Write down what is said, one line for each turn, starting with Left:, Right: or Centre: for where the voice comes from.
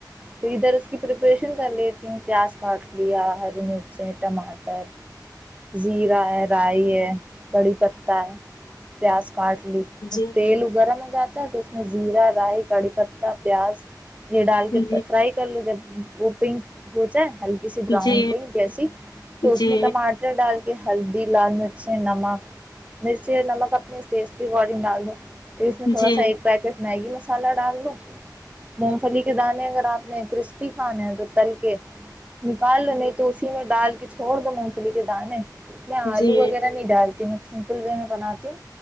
Right: پھر ادھر اس کی پریپریشن کر لیتی ہوں پیاز کاٹ لیا ہری مرچ ٹماٹر زیرا ہے رائی ہے کڑی پتتا ہے پیاز کاٹ لی
Left: جی
Right: تل گرم ہے جاتا ہے تو اس میں زیرا رائی کڑھی پتا پیاز یہ ڈال
Left: جی
Right: کے فرائی کر لو جب وہ پنک ہو جائے ہے ہلکی سی براؤن
Left: جی جی
Right: ہو پ جیسی تو
Left: جی
Right: اس میں ٹماٹر ڈال ہلدی لال مرچیں نمک مرچی اور نمک اپنی اس بارڈنگ ڈال وہ اس میں تھوا
Left: جی
Right: سا ایک پیکٹ مگی بس مسالہ ڈال لو مونگ پھلی کے دانے اگر آپ نہیں کرسپی کھانا ہے تو تل کے نکال لے نہیں تو سیمٹ دال کے چھڑ دو مونگفھلی کے دانے میں آلو
Left: جی
Right: وغیرہ نہیں ڈالتی میں سھ <unintelligible> کلوے میں بناتی ہوں